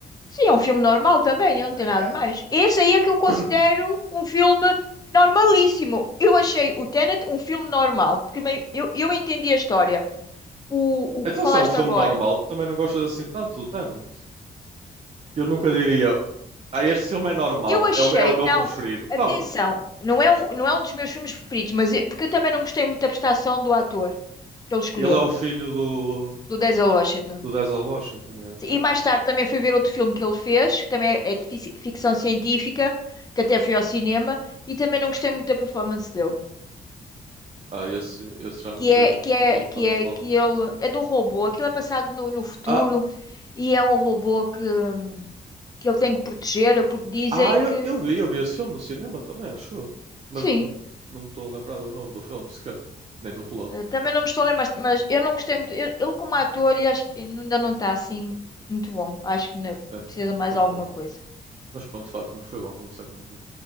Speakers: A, on the left; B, on the right.
A: Sim, é um filme normal também, não tem nada
B: É-
A: de mais. Esse aí é que eu considero
B: <clears throat>
A: um filme normalíssimo. Eu achei o Tenet um filme normal, porque me- eu, eu entendi a história. O, o
B: Então,
A: que falaste
B: se é um filme
A: agora.
B: normal, tu também não gostas assim tanto do Tenant. Eu nunca diria, ah, este filme é normal,
A: Eu achei,
B: é o, é o meu
A: não,
B: preferido.
A: atenção,
B: Não,
A: não é um, não é um dos meus filmes preferidos, mas eu- porque eu também não gostei muito da prestação do ator que ele escolheu,
B: Ele é o filho do,
A: do Denzel Washington.
B: do Denzel Washington, yeah.
A: E mais tarde também fui ver outro filme que ele fez, que também é é de fici- ficção científica, que até fui ao cinema, e também não gostei muito da performance dele.
B: Ah, esse, esse já não
A: Que
B: sei
A: é, que é,
B: o filme
A: que
B: que estás
A: é,
B: a falar.
A: que ele é de um robô, aquilo é passado no, no futuro
B: Ah,
A: e é um robô que, hum, que ele tem que proteger, porque dizem
B: ah
A: que,
B: eu, eu vi, eu vi esse filme no cinema também, acho eu. Mas
A: sim.
B: não, me- não me estou a lembrar do nome do filme sequer, nem do plot.
A: Eh, Também não me estou a lembrar, mas, mas eu não gostei muito. eu- Ele, como ator, eu acho- ainda não está assim muito bom. Acho que ainda
B: É,
A: precisa de mais
B: concordo.
A: alguma coisa,
B: Mas pronto, Fátima, foi bom conversar contigo.